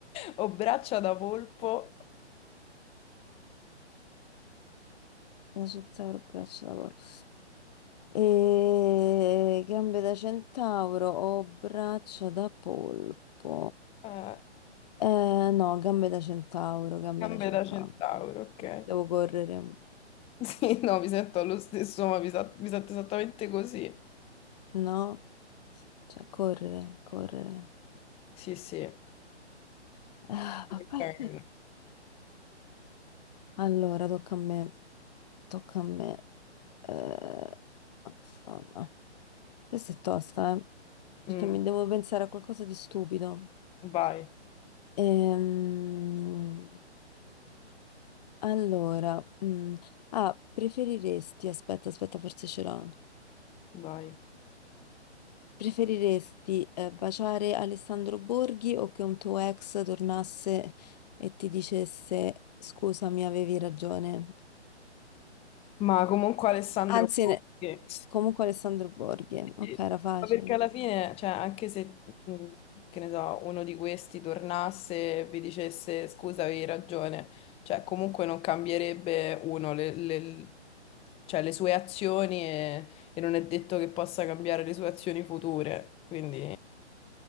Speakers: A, on the left; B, on the left.
A: Ho braccia da volpo,
B: La centauro braccio da porco. E... Gambe da centauro o braccia da polpo?
A: eh,
B: Eh, no, gambe da centauro, gambe
A: gambe
B: da centauro.
A: da centauro, ok.
B: Devo
A: <laughs>
B: correre,
A: Sì, no, mi sento lo stesso, ma mi, sa- mi sento esattamente così.
B: no? Cioè, correre, correre.
A: Sì, sì.
B: Ah,
A: Ok.
B: vabbè. Allora, tocca a me. Tocca a me. Eh, Madonna. Questa è tosta, eh? Perché
A: Mm,
B: mi devo pensare a qualcosa di stupido.
A: vai,
B: Ehm, allora, mm, ah, preferiresti, aspetta, aspetta, forse ce l'ho.
A: vai.
B: Preferiresti eh, baciare Alessandro Borghi o che un tuo ex tornasse e ti dicesse scusa, mi avevi ragione?
A: Ma comunque Alessandro
B: Anzi,
A: Borghi.
B: ne- Comunque Alessandro Borghi,
A: Sì,
B: ok, era facile.
A: ma Perché alla fine, cioè, anche se, mh, che ne so, uno di questi tornasse e vi dicesse scusa, avevi ragione, cioè, comunque non cambierebbe uno le, le- cioè, le sue azioni e, e non è detto che possa cambiare le sue azioni future. Quindi,